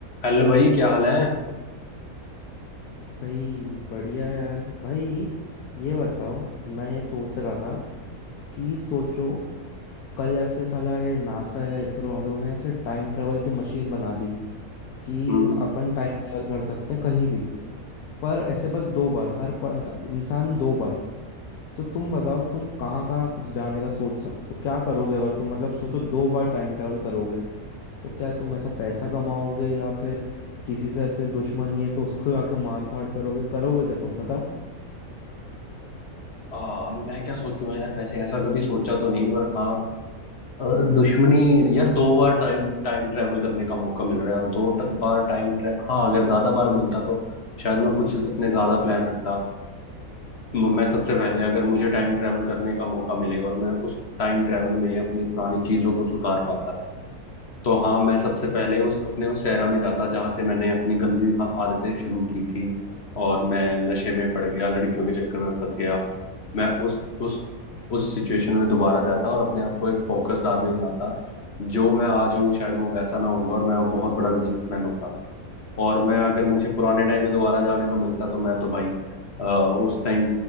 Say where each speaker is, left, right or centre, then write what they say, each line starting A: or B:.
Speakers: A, on the left; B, on the left.
A: Hello भाई क्या हाल है
B: भाई बढ़िया यार भाई ये बताओ मैं ये सोच रहा था कि सोचो कल ऐसे साला ये नासा या इसरो वालों ने ऐसे टाइम ट्रेवल की मशीन बना दी कि
A: हम्म
B: अपन टाइम ट्रेवल कर सकते हैं कहीं भी पर ऐसे बस दो बार हर पन, इंसान दो बार तो तुम बताओ तुम कहाँ कहाँ जाने का सोच सकते हो क्या करोगे अगर तुम मतलब सोचो दो बार टाइम ट्रैवल करोगे तो क्या तुम ऐसा पैसा कमाओगे या फिर किसी से ऐसे दुश्मनी है तो उसको आके मार काट करोगे करोगे क्या तुम बताओ
A: आ, मैं क्या सोचूं यार वैसे ऐसा कभी सोचा तो नहीं पर हाँ अ, दुश्मनी यार दो बार टाइम टाइम ट्रैवल करने का मौका मिल रहा है अब दो ट, बार टाइम ट्रैवल हाँ अगर ज्यादा बार मिलता तो शायद मैं कुछ अपने ज्यादा प्लान रखता म- मैं सबसे पहले अगर मुझे टाइम ट्रैवल करने का मौका मिले और मैं उस टाइम ट्रैवल में अपनी पुरानी चीजों को सुधार पाता तो हाँ मैं सबसे पहले उस अपने उस सहरा में जाता जहाँ से मैंने अपनी गंदी आ- आदतें शुरू की थी और मैं नशे में पड़ गया लड़कियों के चक्कर में फंस गया मैं उस उस उस सिचुएशन में दोबारा जाता और अपने आप को एक फोकस्ड आदमी बनाता जो मैं आज हूँ शायद वो वैसा ना होऊंगा और मैं बहुत बड़ा बिजनेसमैन होता और मैं अगर मुझे पुराने टाइम में दोबारा जाने को मिलता तो मैं तो भाई अ, उस टाइम